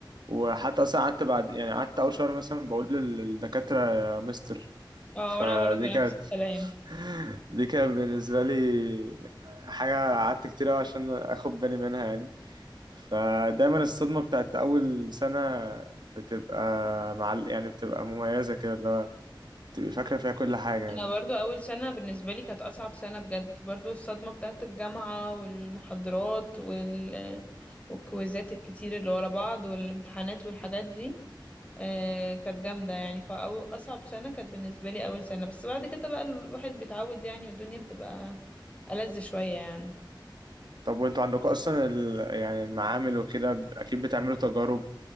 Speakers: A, on the right; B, on the left.
A: وحتى اصلا قعدت بعد يعني قعدت اول شهر مثلا بقول لل- للدكاتره يا مستر
B: اه
A: فدي
B: وانا برضو
A: كانت
B: نفس الكلام
A: <laughs> دي كانت بالنسبه لي حاجه قعدت كتير أوي عشان اخد بالي منها يعني فدايما الصدمه بتاعت اول سنه بتبقى مع يعني بتبقى مميزه كده اللي هو تبقى فاكره فيها كل حاجه يعني
B: انا برضو اول سنة بالنسبة لي كانت اصعب سنة بجد برضو الصدمة بتاعت الجامعة والمحاضرات وال... والكويزات الكتير اللي ورا بعض والامتحانات والحاجات دي آه كانت جامدة يعني فأو أصعب سنة كانت بالنسبة لي أول سنة بس بعد كده بقى الواحد بيتعود يعني والدنيا بتبقى ألذ شوية يعني
A: طب وانتوا عندكم اصلا ال... يعني المعامل وكده اكيد بتعملوا تجارب